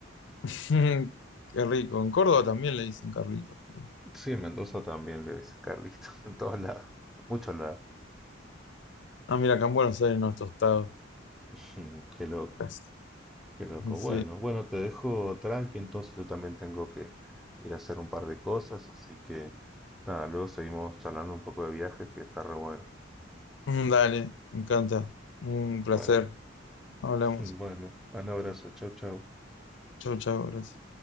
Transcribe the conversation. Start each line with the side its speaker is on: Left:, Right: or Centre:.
Left: <laughs> Qué rico. En Córdoba también le dicen Carlitos, creo.
Centre: Sí, en Mendoza también le dicen Carlito, <laughs> en todos lados, en muchos lados.
Left: Ah, mira, acá en Buenos Aires no es tostado.
Centre: <laughs> Qué loco,
Left: Casi.
Centre: qué loco.
Left: Sí.
Centre: Bueno, bueno, te dejo tranqui, entonces yo también tengo que ir a hacer un par de cosas, así que nada, luego seguimos charlando un poco de viajes, que está re bueno.
Left: Mm, Dale, me encanta. Un placer.
Centre: Bueno,
Left: Hablamos.
Centre: <laughs> bueno, un abrazo, chau, chau.
Left: Chau, chau, gracias.